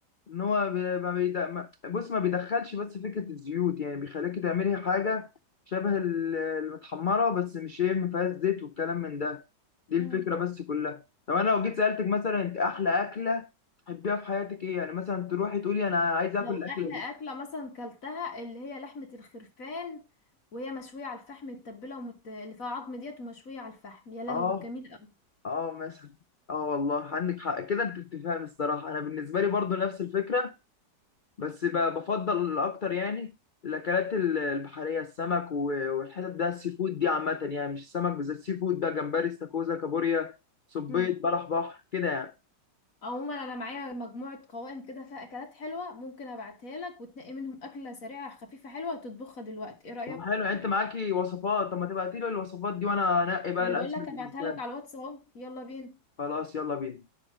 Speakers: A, on the left; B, on the left.
A: ان هو ب- ما بيد... ما... بص ما بيدخلش بس فكرة الزيوت يعني بيخليكي تعملي حاجة شبه ال- المتحمرة بس مش ايه ما فيهاش زيت والكلام من ده دي الفكرة
B: مم.
A: بس كلها طب انا لو جيت سألتك مثلا انت احلى أكلة تحبيها في حياتك ايه يعني مثلا تروحي تقولي انا عايز اكل
B: لو
A: الأكلة
B: احلى
A: دي
B: اكله مثلا كلتها اللي هي لحمه الخرفان وهي مشويه على الفحم متبله ومت... اللي فيها عظم ديت ومشويه على الفحم يا لهوي
A: اه
B: جميل قوي
A: اه مثلا اه والله عندك حق كده انت بتفهمي الصراحة انا بالنسبة لي برضو نفس الفكرة بس ب- بفضل اكتر يعني الاكلات ال- البحريه السمك و- والحتت ده السي فود دي عامه يعني مش السمك بالذات سي فود بقى جمبري استاكوزا كابوريا صبيط
B: امم
A: بلح بحر كده يعني
B: عموما انا معايا مجموعه قوائم كده فيها اكلات حلوه ممكن ابعتها لك وتنقي منهم اكله سريعه خفيفه حلوه وتطبخها دلوقتي ايه رايك
A: طب حلو يعني انت معاكي وصفات طب ما تبعتي لي الوصفات دي وانا انقي بقى
B: انا
A: الاسهل
B: بقول لك
A: بالنسبه
B: ابعتها لك
A: لي
B: على الواتس اهو يلا بينا
A: خلاص يلا بينا